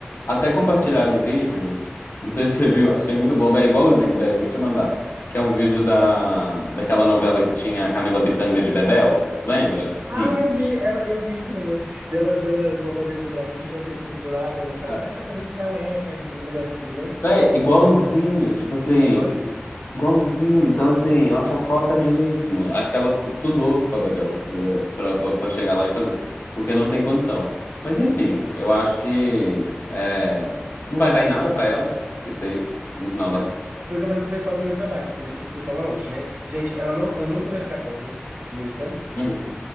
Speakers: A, on the left; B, on the right.
A: Até compartilharam um vídeo, não sei se você viu, achei muito bom, velho, igualzinho, velho, vou te mandar. Que é um vídeo da, daquela novela que tinha a Camila Pitanga de Bebel, lembra?
B: Ah,
A: Hum.
B: eu vi, ela, eu vi esse negócio dela, dela com a bandeira do Brasil gigantesca assim do lado, ela falando,
A: Ah,
B: ah, porque eu apareci na web, uns negócios assim, né?
A: Véi, igualzinho, tipo assim,
B: É igualzinho.
A: igualzinho. Então, assim, é uma chacota mesmo. Acho que ela estudou com Bebel é, pra, pra, pra chegar lá e fazer, porque não tem condição. Mas, enfim, eu acho que é, não vai dar em nada pra ela, isso aí, no final das
B: Não,
A: contas.
B: foi o que eu falei com o pessoal do meu trabalho, que teve essa discussão lá hoje, né? Gente, ela não, ela nunca vai ficar pobre, nunca.
A: Uhum.